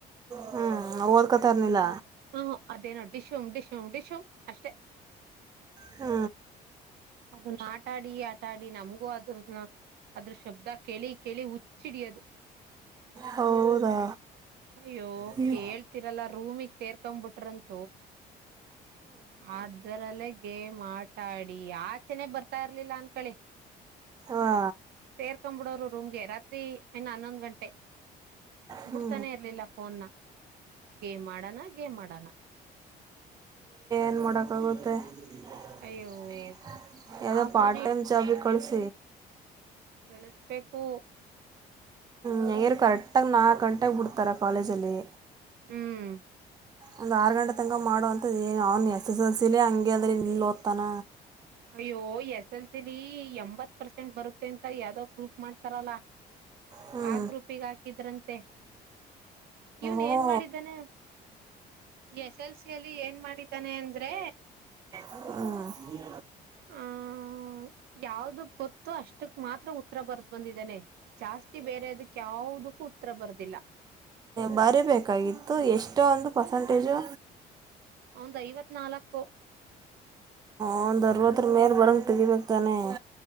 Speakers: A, on the right; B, on the right.
A: ಹ್ಮ್ ನಾ ಓದ್ಕೊತ ಇರ್ನಿಲ್ಲ.
B: ಹ್ಮ ಅದೇನೋ ಡಿಶುಮ್ ಡಿಶುಂ ಡಿಶುಮ್ ಅಷ್ಟೆ.
A: ಹ್ಮ.
B: ಅದನ್ನ ಆಟಾಡಿ ಆಟಾಡಿ ನಮ್ಗೂ ಅದ್ರನ್ನ. ಅದ್ರ ಶಬ್ದ ಕೇಳಿ ಕೇಳಿ ಹುಚ್ಚಿಡಿಯದು.
A: ಹೌದಾ
B: ಅಯ್ಯೋ
A: ಹ್ಞೂ
B: ಕೇಳ್ತೀರಲ್ಲ ರೂಮಿಗೆ ಸೇರ್ಕ್ ಬಿಟ್ರಂತ. ಆದರಲ್ಲೇ ಗೇಮ್ ಆಟ ಆಡಿ ಆಚೆನೆ ಬರ್ತಾ ಇರ್ಲಿಲ್ಲ ಅನ್ಕಳಿ.
A: ವಾ
B: ಸೇರ್ಕ್ಬಿಡೋರು ರೂಮ್ಗೆ ರಾತ್ರಿ ನ್ನ ಹನ್ನೊಂದು ಗಂಟೆ.
A: ಹ್ಞೂ
B: ಬಿಡ್ತಾನೆ ಇರ್ಲಿಲ್ಲ ಫೋನ್ ಗೇಮ್ ಮಾಡಣ ಗೇಮ್ ಮಾಡಣ. <unintelligible>
A: ಏನ್ ಮಾಡಕ್ಕಾಗುತ್ತೆ.
B: ಅಯ್ಯೋ
A: <inaudible> ಯದೋ
B: ಆ
A: ಪಾರ್ಟ್
B: ಫೋನೇ
A: ಟೈಮ್ ಜಾಬಿಗೆ ಕಳಿಸ.
B: <inaudible> ಸ್ಬೇಕು.
A: ನರು ಕರೆಕ್ಟಾಗಿ ನಾಲ್ಕು ಗಂಟೆಗೆ ಬಿಡ್ತಾರೆ ಕಾಲೇಜಲ್ಲಿ.
B: ಹ್ಮ್.
A: ಒಂದ್ ಆರು ಗಂಟೆ ತನಕ ಮಾಡುವ ಅಂತದ ಏನು ಅವ್ನು ಎಸ್ ಎಸ್ ಎಲ್ಸಲಿ ಹಂಗೆ ಅಂದ್ರ ನೀಲ್ ಓದ್ತಾನ.
B: ಅಯ್ಯೋ ಎಸ್ ಎಲ್ ಸಿಲಿ ಎಂಬತ್ ಪರ್ಸೆಂಟ್ ಬರುತ್ತೆ ಅಂತ ಯಾವ್ದಾವ್ ಗ್ರೂಪ್ ಮಾಡ್ತಾರಲ್ಲಾ.
A: ಹ್ಞೂ
B: ಆ ಗ್ರೂಪಿಗೆ ಹಾಕಿದ್ರಂತೆ. ಇವ್ನ್
A: ಓಹೋ
B: ಏನ್ ಮಾಡಿದ್ದಾನೆ ಎಸ್ ಎಲ್ಸ ಅಲ್ಲಿ ಏನ್. ಏನ್ ಮಾಡಿದ್ದಾನೆ ಅಂದ್ರೆ.
A: ಹ್ಮ್
B: ಹ್ಮ ಯಾವ್ದಕ್ ಗೊತ್ತು ಅಷ್ಟಕ್ ಮಾತ್ರ ಉತ್ತರ ಬರ್ದು್ ಬಂದಿದ್ದಾನನೆ ಜಾಸ್ತಿ ಬೇರೆ ಅದಕ್ ಯಾವದಕ್ಕೂ ಉತ್ತರ ಬರ್ದಿಲ್ಲ
A: ಬರೀಬೇಕೇಕಾಗಿತ್ತು ಎಷ್ಟ ಒಂದು ಪರ್ಸೆಂಟೇಜು
B: ಅವಂದು ಐವತ್ ನಾಲ್ಕು
A: ಒಂದ್ ಅರ್ವದರ ಮೇಲೆ ಬರಂಗ ತೆಗಿಬೇಕಕ್ತಾನೆ